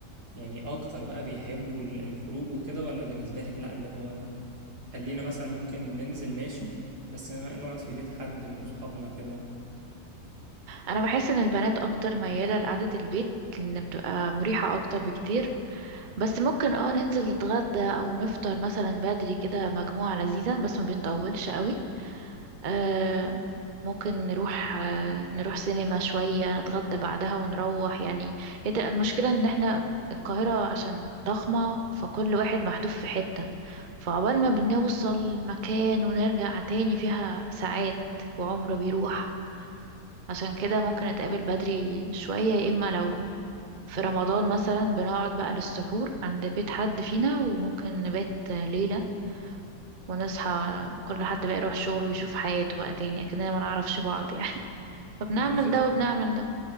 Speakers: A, on the right; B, on the right.
A: يعني اكتر بقى بيحبوا ال- الخروج وكده ولا بالنسبة لك لا اللي هو خلينا مثلا ممكن ننزل ماشي بس نقعد في بيت حد من صحابنا كده
B: أنا بحس إن البنات أكتر ميالة لقعدة البيت لأن بتبقى مريحة أكتر بكتير بس ممكن اه ننزل نتغدى او نفطر مثلا بدري كده مجموعة لذيذة بس ما بنطولش قوي آه ممكن نروح آه نروح سينما شوية نتغدى بعدها ونروح يعني هي تبقى المشكلة ان احنا القاهرة عشان ضخمة فكل واحد محدود في حتة فعقبال ما بنوصل المكان ونرجع تاني فيها ساعات وعمر بيروح عشان كده ممكن نتقابل بدري شوية يا إما لو في رمضان مثلا بنقعد بقى للسحور عند بيت حد فينا وممكن نبات ليلة ونصحى كل حد بقى يروح شغله ويشوف حياته بقى تاني أكننا ما نعرفش بعض يعني <laughs> فبنعمل
A: على فكرة
B: ده وبنعمل ده